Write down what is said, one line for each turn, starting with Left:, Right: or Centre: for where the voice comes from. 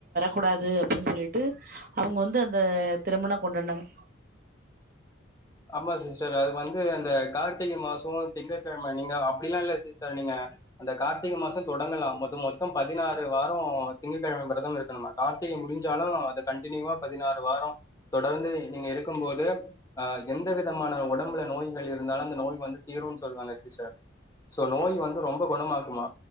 Right: கூடாது அப்டின்னு சொல்லிட்டு அவங்க வந்து அந்த திருமணம் கொண்டாடுனாங்க
Left: ஆமா சிஸ்டர் அது வந்து அந்த கார்த்திகை மாசோ திங்ககெழம நீங்க அப்டிலா இல்ல சிஸ்டர் நீங்க அந்த கார்த்திக மாசோ தொடங்கலா மொத்தோ மொத்தோ பதினாறு வாரோ திங்ககெழம விரதம் இருக்கணுமா கார்த்திகை முடிஞ்சாலு அது கண்டினியூவா பதினாறு வாரோ தொடர்ந்து நீங்க இருக்கும் போது ஆ எந்த விதமான உடம்புல நோய்கள் இருந்தாலு அந்த நோய் வந்து தீருனு சொல்லுவாங்க சிஸ்டர் சோ நோய் வந்து ரொம்ப குணமாக்குமா